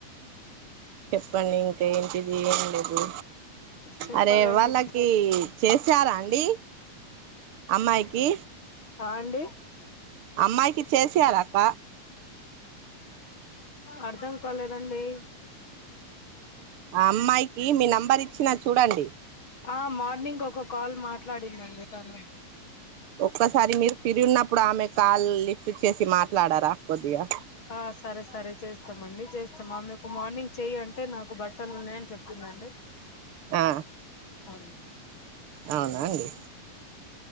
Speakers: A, on the right; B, on the left.
A: చెప్పండి ఇంకా ఏంటిది ఏం లేదు
B: చెప్పాలండి
A: అరే వాళ్ళకి చేసారాండి అమ్మాయికి
B: ఆ అండి
A: అమ్మాయికి చేసార అక్క
B: అర్ధం కాలేదండి
A: ఆ అమ్మాయికి మీ నెంబర్ ఇచ్చినా చూడండి
B: ఆ మార్నింగ్ ఒక కాల్ మాట్లాడిందండి తను
A: ఒక్కసారి మీరు ఫిరి ఉన్నప్పుడు ఆమె కాల్ లిఫ్ట్ చేసి మాట్లాడరా కోద్దిగా
B: ఆ సరే సరే చేస్తామండి చేస్తాం ఆమెకు మార్నింగ్ చెయ్యు అంటే నాకు బట్టలు ఉన్నాయని చెపీదండి
A: ఆ
B: అవును
A: అవునా అండి